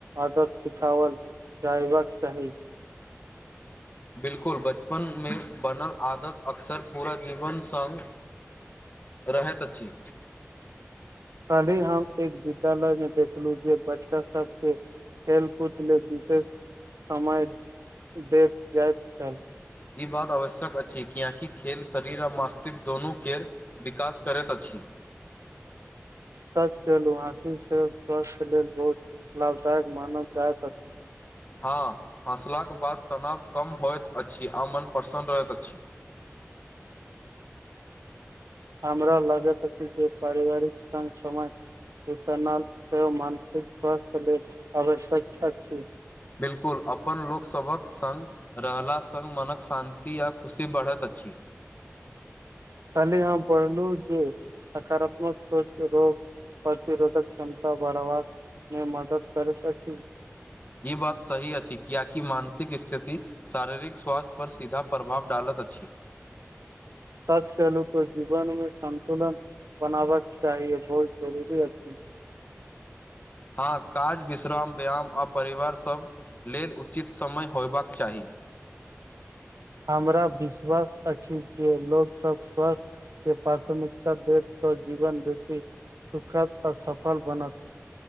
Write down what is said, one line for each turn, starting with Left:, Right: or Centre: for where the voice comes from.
Right: आदत सिखावल जबक चाही
Left: बिलकुल बचपनमे बनल आदत अक्सर पूरा जीवन संग रहैत अछि
Right: कहले हम एक विद्यालय में देखलहु जे बच्चा सबके खेल कुद लेल विशेष समय देख जात छल
Left: ई बात आवश्यक अछि किएकि खेल शरीर आओ मास्तिकष्क दुनूके विकास करैत अछि
Right: सच केेलुहासिलन से स्वास्थ्य लेल बहुत लाभदायक मानल जाइत अछि
Left: हँ हँसलाक बाद तनाव कम होइत अछि आओ मन प्रसन्न रहैत अछि
Right: हमरा लागैत अछि जे परिवारिक संग समाज जतना सेहो मानसिक स्वास्थ्य ल आवश्यक अछि
Left: बिलकुल अपन लोकसभक सङ्ग रहलास सङ्ग मनक शान्ति आ खुशी बढ़ैत अछि
Right: काली हम पढ़लहु जे सकारात्मक सोच रोग प्रतिरोधक क्षमता बढ़बाक मे मदद करैत अछि
Left: ई बात सही अछि किआकि मानसिक स्थिति शारीरिक स्वास्थ्य पर सीधा प्रभाव डालत अछि
Right: सच कलू त जीवन मे संन्तुलन बनाबा चाहिए बोल जरूरी अछि
Left: हँ काज विश्राम व्यायाम आ परिवारसभ लेल उचित समय होयबाक चाही
Right: हमरा विश्वास अछि जे लोग सब स्वस्थ के प्राथमिकता दे तऽ जीवन बेसी सुखद आ सफल बनत